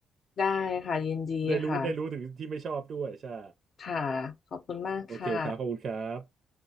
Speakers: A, on the left; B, on the right.
A: ได้ค่ะยินดีค่ะ
B: ได้รู้ได้รู้ถึงที่ไม่ชอบด้วยใช่
A: ค่ะขอบคุณมากค่ะ
B: โอเคครับขอบคุณครับ